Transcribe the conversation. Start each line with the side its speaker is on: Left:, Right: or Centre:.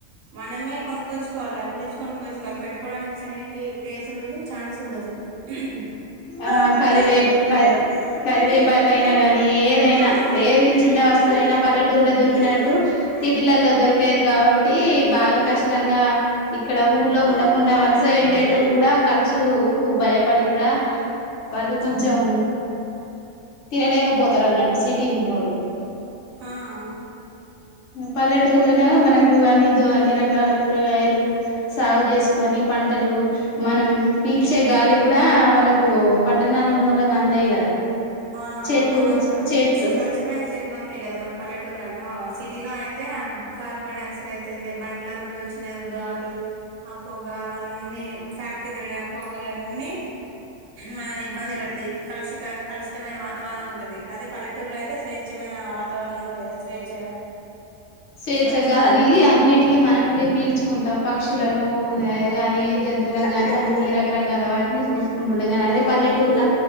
Right: మనమే కొనుక్కొచ్చుకోవాలి డబ్బులిచ్చి కొనుక్కొచ్చుకోవాలి పెట్టుకోవడానికి కి ప్లేస్ ఉండదు ఛాన్స్ ఉండదు ఉమ్
Left: ఆ కరివేపు క కరివేపాకయినా కానీ ఏదైనా
Right: ఆ ఆ
Left: ఏది చిన్న
Right: వే
Left: వస్తువు నా పల్ల టూర్ లో దొరికినట్టు సిటీలలో దొరకది కాబట్టి బాగా కష్టంగా ఇక్కడ ఊర్లో ఉండకుండా వలస యెళ్ళేటోళ్ళు కూడా ఖర్చు కు భయపడి కూడా వాళ్ళు కొంచెం తినలేకపోతరు అన్నట్టు సిటీలో ఉన్నోళ్ళు
Right: ఆ
Left: పల్లెటూళ్లోనేమో మనకు అన్ని ద అన్ని రకాల కూరగాయలు సాగు చేసుకొని ఈ పంటలు మనం పీల్చే గాలి కూడా వాళ్ళకు పట్టణాలు ఉన్నోళ్ళకి అందయి కదా
Right: ఆ
Left: చెట్లు
Right: మనం ఇక్కడ
Left: చెట్లు
Right: స్వచ్ఛమైన చెట్లు ఉంటయి కదా మనకు పల్లెటూర్లలో సిటీలో అయితే కార్బన్ డైక్సైడ్ అయితేంది బండ్ల నుండి వచ్చిన గాలి పొగ అవన్నీ ఫ్యాక్టరీల పొగలు అన్నీ మనల్ని ఇబ్బంది పెడతయి కలుషితం కలుషితమైన వాతావరణం ఉంటది అదే పల్లెటూరులో అయితే స్వేచ్ఛమైన వాతావరణం ఉంటదిగా స్వేచ్ఛగా
Left: స్వేచ్ఛగాలి
Right: స్వచ్ఛమైన
Left: అన్నిటికిీ మనం పీల్చుకుంటాం పక్షులను గాని జంతువులను గాని అన్ని రకరకాల వాటిని చూసుకుంటు ఉండగనే అదే పల్లెటూర్ల